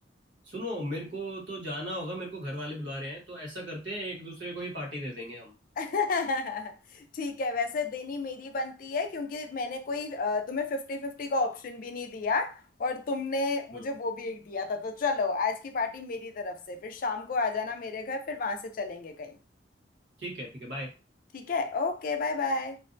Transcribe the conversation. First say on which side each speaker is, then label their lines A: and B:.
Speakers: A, on the right (about 75°); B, on the left (about 50°).
A: सुनो मेरे को तो जाना होगा मेरे को घर वाले बुला रहे हैं तो ऐसा करते हैं एक दूसरे को ही पार्टी दे देंगे हम
B: <laughs> ठीक है वैसे देनी मेरी बनती है क्योंकि मैंने कोई अ, तुम्हें फिफ्टी फिफ्टी का ऑप्शन भी नहीं दिया और तुमने मुझे
A: हम्म
B: वो भी एक दिया था तो चलो आज की पार्टी मेरी तरफ से फिर शाम को आ जाना मेरे घर फिर वहां से चलेंगे कहीं
A: ठीक है ठीक है बाय
B: ठीक है ओके बाय बाय